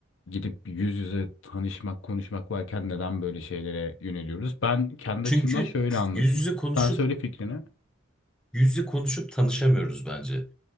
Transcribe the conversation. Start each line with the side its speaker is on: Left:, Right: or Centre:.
Left: gidip yüz yüze tanışmak, konuşmak varken neden böyle şeylere yöneliyoruz? Ben kendi
Centre: Çünkü
Left: açımdan şöyle anlatayım.
Centre: yüz yüze konuşup
Left: Sen söyle fikrini.
Centre: yüz yüze konuşup tanışamıyoruz bence.